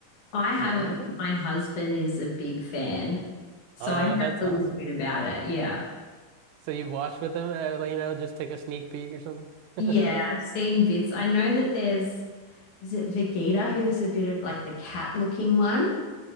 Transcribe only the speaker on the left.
I haven't,
but
my husband is a big fan. So
I know
a
little bit about it. Yeah.
Yeah,
I've seen bits. I know that there's, is it Vegeta who's a bit of like the cat looking one?